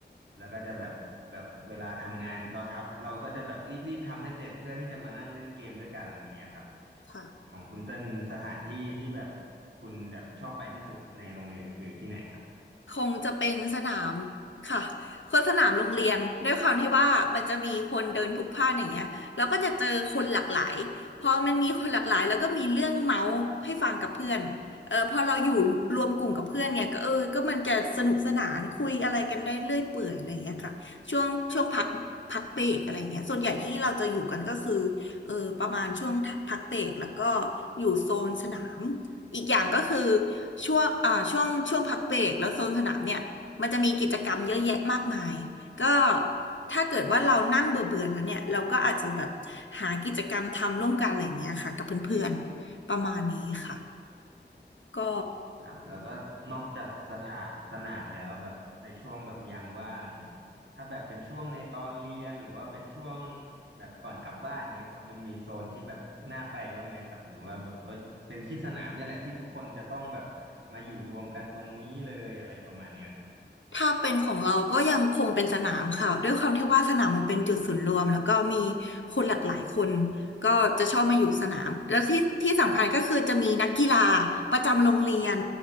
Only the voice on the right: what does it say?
แล้วก็จะแบบแบบเวลาทำงานเราทับเราก็จะแบบรีบๆทำให้เสร็จเพื่อที่จะมานั่งเล่นเกมด้วยกันอย่างเงี้ยครับ
ของคุณเต้นสถานที่ที่แบบคุณแบบชอบไปที่สุดในโรงเรียนคือที่ไหนครับ
ครับแล้วก็นอกจากสถาสนามแล้วแบบในช่วงแบบยามว่างถ้าแบบเป็นช่วงในตอนเรียนหรือว่าเป็นช่วงแบบก่อนกลับบ้านเงี้ยครับมันมีโซนที่แบบน่าไปบ้างไหมครับหรือว่าแบบก็เป็นที่สนามเนี่ยแหละที่ทุกคนจะต้องแบบมาอยู่รวมกันตรงนี้เลยอะไรประมาณเนี้ย